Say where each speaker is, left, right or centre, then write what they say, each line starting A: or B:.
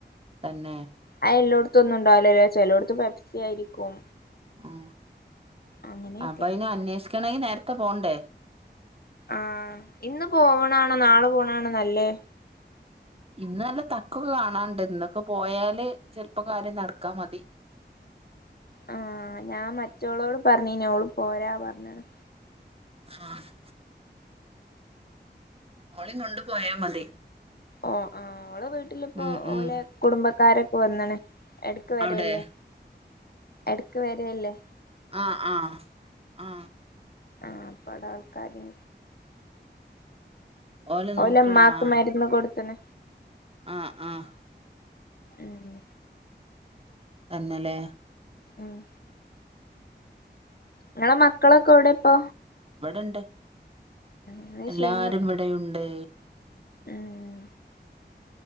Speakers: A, on the right (about 30°); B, on the left (about 60°).
A: തന്നെ
B: അയ് എല്ലായിടത്തും ഒന്നും ഉണ്ടാവില്ലല്ലോ ചിലയിടത്ത് പെപ്സി ആയിരിക്കും.
A: ആഹ്
B: അങ്ങനെയൊക്കെ
A: അപ്പൊ ഇനി അന്വേഷിക്കണമെങ്കിൽ നേരത്തെ പോവാണ്ടേ.
B: ആഹ് ഇന്ന് പോവ്ണാണോ നാളെ പോവ്ണാണോ നല്ലത്
A: ഇന്ന് നല്ല തഗ് ഒക്കെ കാണാനുണ്ട്, ഇന്നൊക്കെ പോയാല് ചിലപ്പോ കാര്യം നടക്കാൻ മതി.
B: ആഹ് ഞാൻ മറ്റോളോട് പറഞ്ഞിനി ഓള് പോരാ പറഞ്ഞ്ണ്
A: ആഹ് ഓളിം കൊണ്ട് പോയാ മതി
B: ഓ ആഹ് ഓളെ വീട്ടിലിപ്പോ
A: ഉം ഉം
B: ഓലെ കുടുംബക്കാരൊക്കെ വന്ന്ണ് എടക്ക് വരല്ലേ
A: അവിടെ
B: എടക്ക് വരല്ലേ
A: ആഹ് ആഹ് ആ
B: ആ പ്പവ്ടെ ആൾക്കാര്
A: ഓല്
B: ഓലെ
A: നോക്കണേ
B: ഇമ്മാക്ക്
A: ആഹ്
B: മരുന്ന് കൊടുത്ത്ണ്
A: ആഹ് ആഹ്
B: ഉം
A: തന്നെലെ
B: ആഹ് ഇങ്ങളെ മക്കളൊക്കെ എവിടെ ഇപ്പൊ
A: ഇവ്ടെണ്ട്
B: ഇന്ന്
A: എല്ലാരും
B: ശനിയല്ലേ
A: ഇവിടെയുണ്ട്
B: ഉം